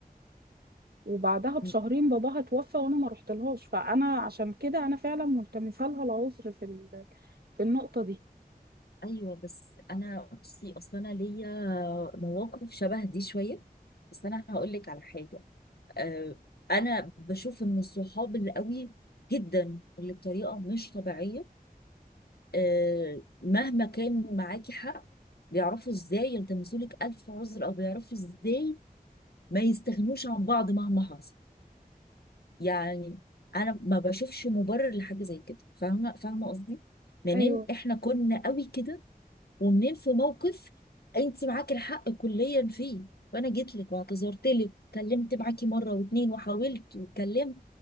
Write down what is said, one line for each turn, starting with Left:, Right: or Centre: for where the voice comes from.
Right: وبعدها بشهرين
Left: مم.
Right: باباها توفى وانا ما رحتلهاش فانا عشان كده انا فعلا ملتمسه لها العذر في ال- في النقطة دي
Left: ايوه بس انا بصي اصلا انا ليا مواقف شبه دي شويه بس انا هقول لك على حاجه أه انا بشوف ان الصحاب اللي قوي جدا اللي بطريقه مش طبيعيه أه مهما كان معاكي حق بيعرفوا ازاي يلتمسوا لك الف عذر او بيعرفوا ازاي ما يستغنوش عن بعض مهما حصل يعني انا ما بشوفش مبرر لحاجه زي كده فاهمه فاهمه قصدي منين
Right: ايوه
Left: احنا كنا قوي كده ومنين في موقف انت معاكي الحق كليا فيه وانا جيت لك واعتذرت لك وكلمت معاكي مره واتنين وحاولت واتكلمت